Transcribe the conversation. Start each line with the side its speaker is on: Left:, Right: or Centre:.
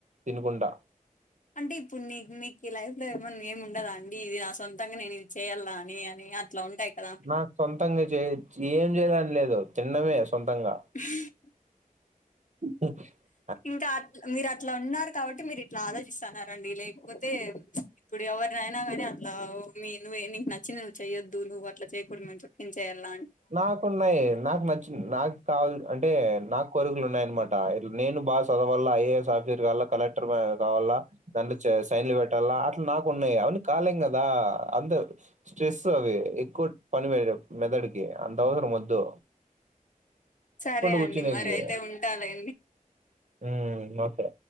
Right: తినుకుంటా
Left: అంటే ఇప్పుడు నీ నీకు ఈ లైఫ్ లో ఏమన్నా ఏమి ఉండదా అండి ఇది నా సొంతంగా నేను ఇది చేయాల్లా అని అని ఇట్లా ఉంటాయి కదా
Right: నా సొంతంగా చేయచ్చు ఏం చేయళ్ళని లేదు తినడమే సొంతంగా
Left: హ
Right: హ్మ్ హు
Left: ఇంకా అట్లా మీరు అట్లా ఉన్నారు కాబట్టి మీరు ఇట్లా ఆలోచిస్తాన్నారండి లేకపోతే ఇప్పుడు ఎవరిన అయినా కానీ అట్లా మీ నువ్వు నీకు నచ్చింది నువ్వు చేయొద్దు నువ్వు అట్లా చేయకూడదు ఏం చేయాల్లా
Right: నాకున్నాయి నాకు నచ్చి నాకు కావాల అంటే నాకు కోరికలు ఉన్నాయనమాట ఇలా నేను బాగా చదవల్ల ఐఎస్ సాఫ్ట్ వేర్ కావాల్లా కలెక్టర్ కావాల్లా దాంట్లో సైన్లు పెట్టాలా అట్లా నాకు ఉన్నాయి అవన్నీ కాలేం కదా అంత స్ట్రెస్ అవి ఎక్కువ పని వయ మెదడుకి అంత అవసర మొద్దు
Left: సరే అండి
Right: కూర్చునేకి
Left: మర అయితే ఉంటాలే
Right: మ్మ్ మసే